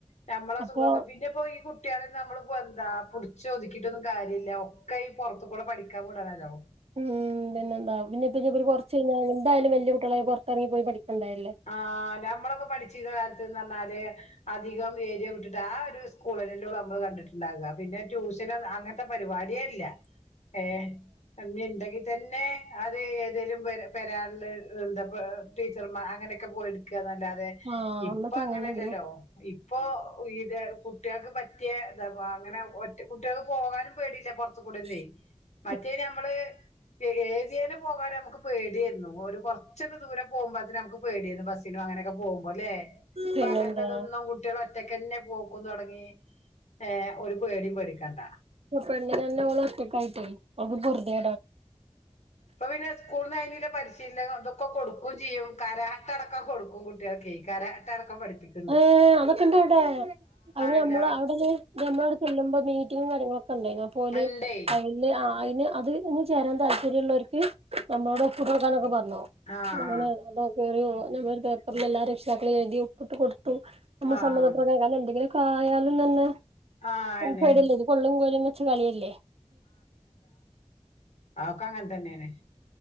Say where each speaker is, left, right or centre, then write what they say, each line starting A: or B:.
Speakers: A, on the left; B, on the right.
A: ഞമ്മളെ
B: അപ്പൊ
A: സുഖൊക്കെ പിന്നെപ്പോ ഈ- കുട്ടികളും നമ്മള് എന്താ പുടിച്ചൊതിക്കിട്ടൊന്നും കാര്യമില്ല ഒക്കെ ഈ പുറത്ത് കൂടെ പഠിക്കാൻ വിടാനല്ലോ
B: ഉം പിന്നെന്താ പിന്നെപ്പ പി കുറച്ച് ക എന്തായാലും വല്യ കുട്ടികളെ പുറത്തിറങ്ങി പോയി പഠിക്കണ്ടായല്ലേ
A: ആഹ് നമ്മളൊക്കെ പഠിച്ചിര്ന്ന കാര്യത്ത്ന്ന് പറഞ്ഞാല് അധികം ഏരിയ വിട്ടിട്ട്. ആ ഒരു സ്കൂളൂടെ നമ്മള് കണ്ടിട്ടുണ്ടാകുക. പിന്നെ ട്യൂഷന അങ്ങനെ പരിപാടിയെഇല്ല
B: <inaudible>
A: ഏ് എന്തേഇണ്ടാക്കി തന്നെ അത് ഏതെലും പെരാള്ല് ടീച്ചർമാർ. അങ്ങനെയൊക്കെ പോയി എടുക്കുകന്നല്ലാതെ
B: ആ
A: ഇപ്പ
B: അന്നൊക്കെ അങ്ങനെയായിരുന്നു
A: അങ്ങനെല്ലല്ലോ. ഇപ്പൊ ഇത് കുട്ട്യാക്ക് പറ്റേഇതാ അങ്ങനെ ഒ കുട്ട്യാ ക്ക് പോകാനും പേടിയില്ല പൊറ കൊട ന്നേയ്.
B: <inaudible>
A: മറ്റേ നമ്മള്. ഏരിതേനെ പോകാനും നമക്ക് പേടിഏര്ന്നു ഒരു കുറച്ഒക്കെ ദൂരം പോകുമ്പഴ്തിന് നമക്ക് പേടിയേരുന്നു ബ അങ്ങനെയൊക്കെ പോകുമ്പോ അല്ലേ അപ്പൊ
B: പിന്നെന്താ
A: അങ്ങനത്തെന്നും കുട്ട്യോളൊറ്റ ഒറ്റക്കന്നെ പോക്കും തുടങ്ങി ഏ ഒരു പേടിം പേടിക്കണ്ട.
B: പെണ്ണിനന്നെ ഓള് ഒറ്റക്കായിട്ടേ ഓൾക് പോർദ്യെടാൻ.
A: അപ്പൊ പിന്നെ സ്കൂള്ന്ന്അതിനുള്ള പരിശീലനം ഇതൊക്കെ കൊടുക്കുചെയും കാ കാരാട്ട അടക്കം കൊടുക്കും കുട്ട്യോൾക്കെയ് കാരാട്ടാ അടക്കം പഠിപ്പിക്കും.
B: ഏഹ അതൊക്കെ ഇണ്ട് അവിടെ അതിന്
A: അല്ല
B: നമ്മള് അവിടെ. നമ്മള് അവടെ ചല്ലുമ്പോ മീറ്റിങ്ങും കാര്യങ്ങളൊക്കെ ഉണ്ടായിന്നു. അ പോല്
A: ഇണ്ടേ
B: അതില് അതിന് അത്. ചേരാൻ താല്പര്യം ഉള്ളവർക്ക് നമ്മളോട് ഒപ്പ് ഇട്ട് കൊടുക്കാനൊക്കെ പാറഞ്ഞു
A: ആഹ്
B: അങ്ങനെ. നമ്മള് പേപ്പറില് എല്ലാ രക്ഷതാക്കളും എഴുതി ഒപ്പിട്ട് കൊടുത്തു നമ്മൾ
A: ആഹ് ആഹ്
B: സമ്മത പ്രകാരം അങ്ങിനെ എന്തെങ്കിലും. ആയാലും തന്നെ.
A: ആഹ് അയന്നെ
B: പേടിഅല്ലേ ഇത് കൊള്ളീം കോലും വെച്ച കളില്ലേ.
A: ആ അതൊക്കെ അങ്ങൻ തന്നെ ഏണ്.